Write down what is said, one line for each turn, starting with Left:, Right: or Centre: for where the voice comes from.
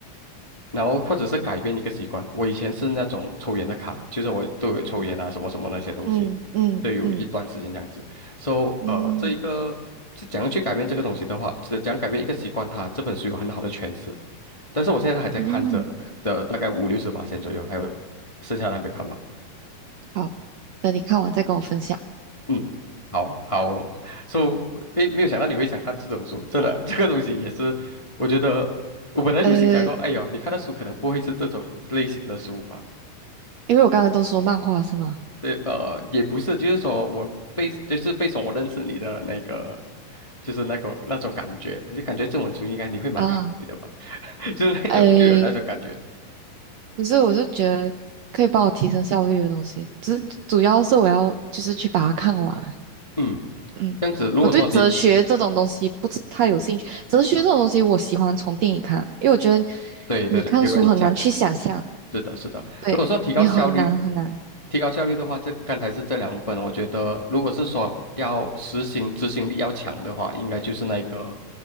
Left: 然后或者是改变一个习惯。我以前是那种抽烟的卡，就是我都有抽烟啊，什么什么那些东西，
Right: 嗯嗯嗯
Left: 都有一段时间这样子。So，
Right: 嗯
Left: 呃，这一个是怎样去改变这个东西的话，怎讲改变一个习惯它，这本书有很好的诠释。但是我现在还在看着的，
Right: 嗯，
Left: 大概五六十八千左右，还有剩下的还没看完。
Right: 好，等你看完再跟我分享。
Left: 嗯，好好哦，So，诶，没有想到你会想看这种书，真的，<laughs> 这个东西也是，我觉得。我本来就心想说，
Right: 呃，
Left: 哎呦，你看的书可能不会是这种类型的书吧？
Right: 因为我刚刚都说漫画是吗？
Left: 对，呃，也不是，就是说我被，就是被说我认识你的那个，就是那个那种感觉，就感觉这种出应该你会蛮开心的吧，
Right: 啊，
Left: <laughs> 就是那种就有那种感觉，
Right: 诶，不是，我是觉得可以帮我提升效率的东西，只是主要是我要就是去把它看完。
Left: 嗯，
Right: 嗯，
Left: 这样子，如果说你，
Right: 我对哲学这种东西不是太有兴趣。哲学这种东西，
Left: 嗯，
Right: 我喜欢从电影看，因为我觉得
Left: 对对对，
Right: 你看书很难去想象，
Left: 有人讲。是的，是的。
Right: 对，
Left: 如果说提高效率，
Right: 你很难很难。
Left: 提高效率的话，这刚才是这两本，我觉得如果是说要实行执行力要强的话，应该就是那个，